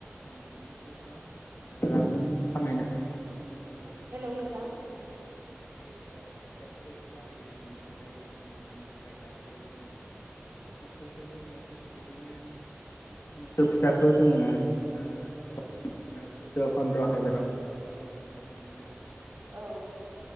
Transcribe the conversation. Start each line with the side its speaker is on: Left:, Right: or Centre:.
Left: जों बिदिनो गोबां रां खामायनो हायो आरो <unintelligible>
Right: औ
Left: जों
Right: हेल' नोंथां
Left: बोसोराव खेबसे फिसा होयो बिनिफ्राय जों बिनिफ्राय गाइखेरबो मोन मोसौखौ जोङो बिदिनो मोसौ फिसाखौ जोङो ओ गोबां सुद' फन्द्र हाजारावबो फाननो हायो बिदिनो <inaudible>
Right: औ